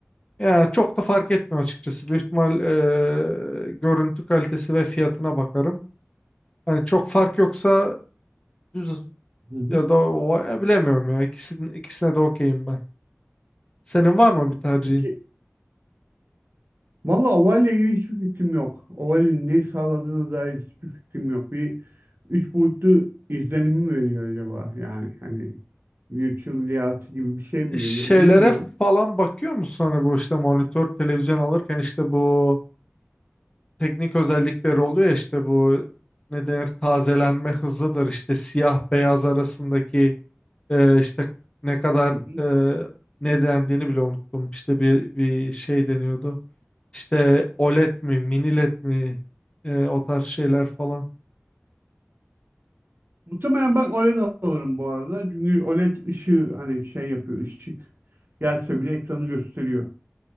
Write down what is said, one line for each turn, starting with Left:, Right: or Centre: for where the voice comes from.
Left: ya çok da fark etmiyor açıkçası. Büyük ihtimal e, görüntü kalitesi ve fiyatına bakarım. Yani çok fark yoksa düz
Right: Hı
Left: ya da o- ya bilemiyorum ya. İkisinin, ikisine de okeyim ben. Senin var mı bir tercihin?
Right: hı. Valla Oval'le ilgili hiçbir fikrim yok. Oval'in ne sağladığına dair hiçbir fikrim yok. Bir üç boyutlu izlenim mi veriyor acaba? Yani hani virtual reality gibi bir şey mi
Left: E, Şeylere
Right: veriyor bilmiyorum.
Left: falan bakıyor musun? Hani bu işte monitör, televizyon alırken işte bu teknik özellikleri oluyor ya işte bu ne denir tazelenme hızıdır işte siyah beyaz arasındaki e, işte ne kadar
Right: Hı hı.
Left: e, ne dendiğini bile unuttum. İşte bir, bir şey deniyordu. İşte OLED mi, mini LED mi E, o tarz şeyler falan.
Right: Muhtemelen ben OLED alırım bu arada. Çünkü OLED ışığı hani şey yapıyor, ışık gelse bile ekranı gösteriyor.